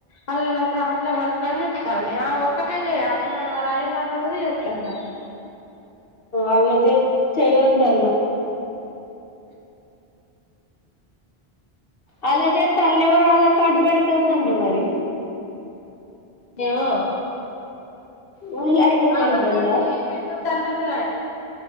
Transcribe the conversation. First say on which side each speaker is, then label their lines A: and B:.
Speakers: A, on the left; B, on the left.
A: పల్ల న ఒకరు అట్లే వర్క్ అని చెప్తాంది ఆ ఒక్కటే చేయాలి వాళ్ళ వాళ్ళ అయిన నళ్లు గు చేస్తాంది
B: అలాదే చేయొదల అలాజే తల్వర్ ఆధార్ కార్డు మేడుకనుండ మరి
A: నేవు
B: వాళ్ళ ఆయనది పెడుతుందా
A: ఆధార్ కార్డ్ పెట్టొదు అంటుంది